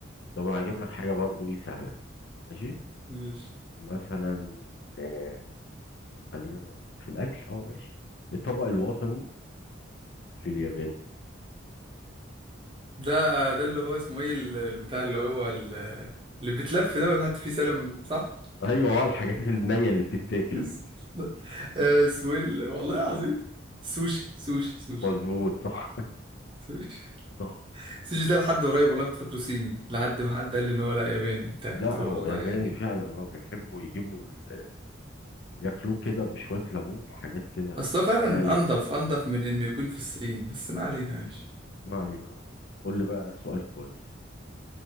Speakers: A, on the left; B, on the right.
A: طب انا هجيب لك حاجه برضو ايه سهله ماشي
B: <laughs> ماشي
A: مثلا آه خلينا في الاكل اه ماشي الطبق الوطني في اليابان
B: ده آه، ده اللي هو اسمه ايه ال- البتاع اللي هو ال- اللي بيتلف ده ويتحط فيه سلمون صح؟
A: ايوه اه الحاجات النية اللي بتتاكل
B: بس
A: دي
B: آه سويل والله العظيم سوشي سوشي سوشي
A: مظبوط صح
B: سوشي
A: <laughs> صح
B: سوشي ده لحد قريب والله كنت فاكره صيني لحد ما حد قال لي ان هو لا ياباني وبتاع
A: لا
B: قلت له
A: هو
B: والله
A: ياباني
B: يعني
A: فعلا هو بيحبوا يجيبوا ال- ياكلوه كده بشوية ليمون حاجات كده
B: اصل هو فعلا
A: نية
B: انضف انضف من انه يكون في الصين بس ما علينا ماشي
A: ما علينا على رأيك. قول لي بقى سؤال كويس